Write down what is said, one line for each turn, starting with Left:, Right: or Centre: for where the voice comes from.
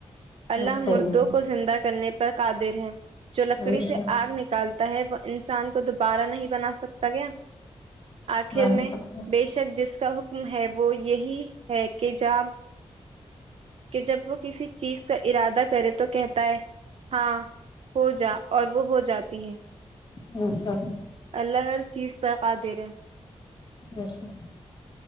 Right: اللہ
Left: وہ صحیح
Right: مردوں
Left: ہے
Right: کو زندہ کرنے پر قادر ہیں جو لکڑی
Left: بے
Right: سے
Left: شک
Right: آگ نکالتا ہے وہ انسان کو دوبارہ نہیں بنا سکتا کیا آخر
Left: بے
Right: میں
Left: شک
Right: بے شک جس کا حکم ہے وہ یہی ہے کہ جاب کہ جب وہ کسی چیز کا ارادہ کرے تو کہتا ہے ہاں ہو جا اور وہ ہو جاتی ہے
Left: ایسا
Right: اللہ ہر چیز پے قدر ہے
Left: ایسا